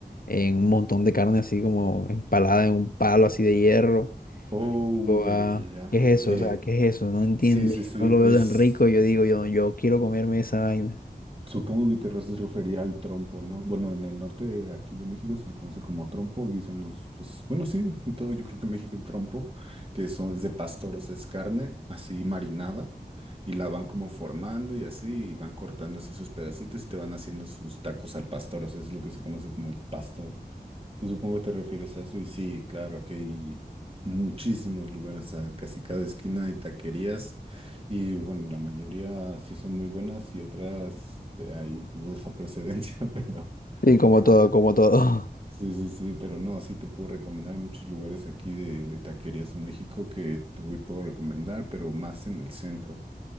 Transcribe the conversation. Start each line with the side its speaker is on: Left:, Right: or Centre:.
Left: en un montón de carne así como empalada en un palo así de hierro.
Right: Oh,
Left: Tipo,
Right: ya,
Left: ah,
Right: ya, ya, ya.
Left: ¿Qué es eso?
Right: Eh,
Left: O sea, ¿qué es eso? No entiendo,
Right: sí, sí,
Left: yo
Right: sí,
Left: no lo veo
Right: es.
Left: tan rico, yo digo, yo, yo quiero comerme esa vaina.
Right: Supongo que te haces referir al trompo, ¿no? Bueno, en el norte de aquí de México se le conoce como trompo, aquí son los, pues, bueno, sí, en todo yo creo que en México el trompo, que son de pastor, o sea, es carne así marinada, y la van como formando y así, y van cortando así sus pedacitos y te van haciendo sus tacos al pastor, o sea, es lo que se conoce como el pastor. Sí, supongo te refieres a eso y sí, claro, aquí hay muchísimos lugares, a casi cada esquina hay taquerías y bueno, la mayoría sí son muy buenas y otras que hay dudosa procedencia, <laughs> pero
Left: Y como todo,
Right: Ah,
Left: como todo.
Right: sí, sí, sí, pero no, sí te puedo recomendar hay muchos lugares aquí de, de taquerías en México que te voy, puedo recomendar, pero más en el centro.